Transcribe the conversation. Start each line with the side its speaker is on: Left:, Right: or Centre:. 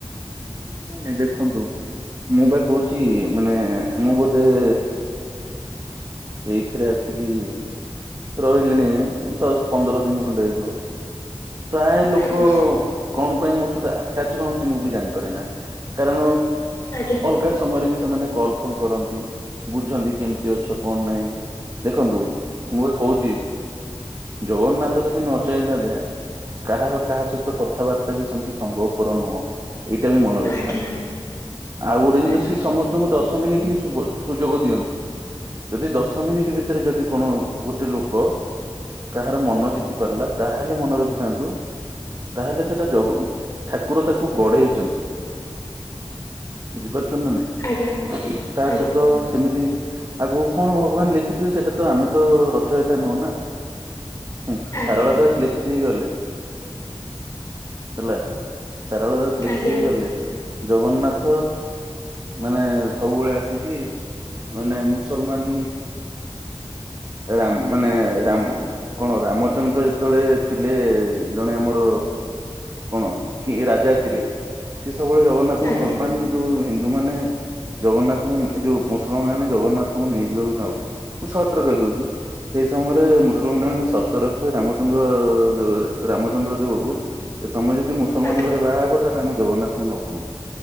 Right: ନାଇଁ ନାଇଁ ଦେଖନ୍ତୁ। ମୁଁ ପାଇଁ କହୁଛି ମାନେ ମୁଁ ବୋଧେ <inaudible> ଏଇଥିରେ ଆସିକି ରହିଲିଣି ଦଶ ପନ୍ଦର ଦିନ ଖଣ୍ଡେ ହେଇଯିବ। ପ୍ରାୟ ଲୋକ
Left: ଆଜ୍ଞା
Right: କଣ ପାଇଁ ମୋ ସହିତ ଆଟାଚ ରହନ୍ତି ମୁଁ ବି ଜାଣିି କାରଣ
Left: ଆଜ୍ଞା
Right: ଅଲଗା ସମୟରେ ବି ସେମାନେ କଲ ଫଲ କରନ୍ତି। ବୁଝନ୍ତି କେମିତି ଅଛ କଣ ନାଇଁ ଦେଖନ୍ତୁ ମୁଁ ଏ କହୁଛି ଜଗନ୍ନାଥ ଯଦି ନ ଚାହିଁଥାନ୍ତେ କାହାର କାହା ସତ କଥାବାର୍ତ୍ତା ବି ସେମିତି ସମ୍ଭବପର ନୁହଁ। ଏଇଟା ବି ମନେ ରଖିଥାନ୍ତି।
Left: ଆଜ୍ଞା
Right: ଆଉ ଗୋଟେ ଜିନିଷ
Left: ଆଜ୍ଞା
Right: ସେ ସମସ୍ତଙ୍କୁ ଦଶ ମିନିଟ ହିଁ ସୁଯୋଗ ଦିଅନ୍ତି ଯଦି ଦଶ ମିନିଟ ଭିତରେ ଯଦି କଣ ଗୋଟେ ଲୋକ କାହାର ମନ ଜିତି ପାରିଲା ତାହେଲେ ମନେ ରଖିଥାନ୍ତୁ ତାହେଲେ ସେଟା ଜଗ ଠାକୁର ତାକୁ ଗଢେଇ ଛନ୍ତି। ବୁଝିପା ନାଇଁ
Left: ଆଜ୍ଞା
Right: ତା
Left: ଆଜ୍ଞା।
Right: ସହିତ ସେମିତି ଆଗକୁ କଣ ଭଗବାନ ଲେଖିଥିବେ ସେଇଟା ତ ଆମେ ତ ରଚୟଥା ନୁହଁ ନା। ହୁଁ
Left: ଆଜ୍ଞା
Right: ସାରଳା ଦାସ ଲେଖି ଦେଇ ଗଲେ ହେଲା ସାରଳା ଦାସ
Left: ଆଜ୍ଞା
Right: ଦେଇ ଗଲେ ଜଗନ୍ନାଥ ମାନେ ସବୁବେଳେ ଆସିକି ମାନେ ମୁସଲମାନ ରାମ ମାନେ ରାମ କଣ ରାମଚନ୍ଦ୍ର ଯେତେବେଳେ ଥିଲେ ଜଣେ ଆମର କଣ କି ରାଜା ଥିଲେ ସିଏ ସବୁବେଳେ ଜଗନ୍ନାଥଙ୍କୁ
Left: ଆଜ୍ଞା
Right: ଭଲ ପାଆନ୍ତି। କିନ୍ତୁ ହିନ୍ଦୁ ମାନେ ଜଗନ୍ନାଥ ଏ ଯୋଉ ମୁସଲମାନେ ଜଗନ୍ନାଥଙ୍କୁ ନେଇ ଯିବାକୁ ଚାହୁଁ ମୁଁ ସଟରେ କହିଦେଉଛି। ସେଇ ସମୟରେ ମୁସଲମାନ ମାନେ ସର୍ତ ରଖିବେ ରାମଚନ୍ଦ୍ର ଦେ ରାମଚନ୍ଦ୍ର ଦେବକୁ ତମେ ଯଦି ମୁସଲମାନ
Left: ଆଜ୍ଞା
Right: ଘରେ ବାହା ହବ ତାହେଲେ ଆମେ ଜଗନ୍ନାଥଙ୍କୁ ନବୁନୁ